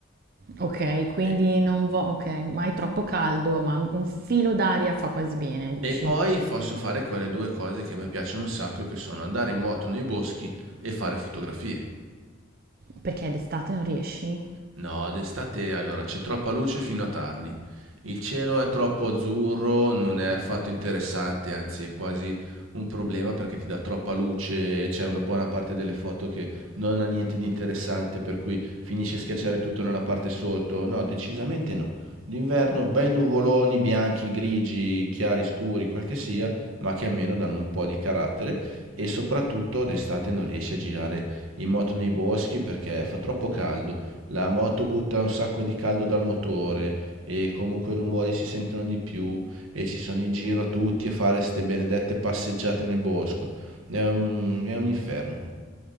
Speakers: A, on the right; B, on the right.
A: Okay, quindi
B: E,
A: non vo okay, ma è troppo caldo, ma un filo d'aria fa quasi bene, dici?
B: e poi posso fare quelle due cose che a me piacciono un sacco, che sono andare in moto nei boschi e fare fotografie.
A: Perché d'estate non riesci?
B: No, d'estate allora c'è troppa luce fino a tardi. Il cielo è troppo azzurro, non è affatto interessante, anzi è quasi un problema perché ti dà troppa luce e c'è una buona parte delle foto che non ha niente di interessante, per cui finisce a schiacciare tutto nella parte sotto. No, decisamente no. D'inverno bei nuvoloni bianchi, grigi, chiari, scuri, quel che sia, ma che almeno danno un po' di carattere e soprattutto d'estate non riesci a girare in moto nei boschi perché fa troppo caldo, la moto butta un sacco di caldo dal motore e comunque i rumori si sentono di più e ci sono in giro tutti a fare ste benedette passeggiate nel bosco. È un, è un inferno.